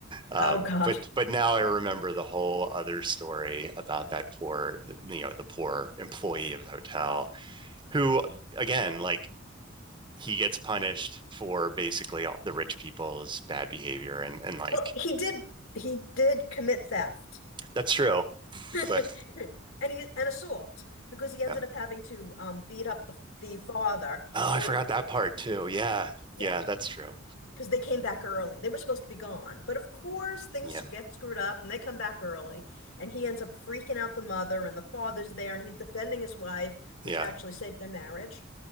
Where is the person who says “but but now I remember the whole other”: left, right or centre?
Right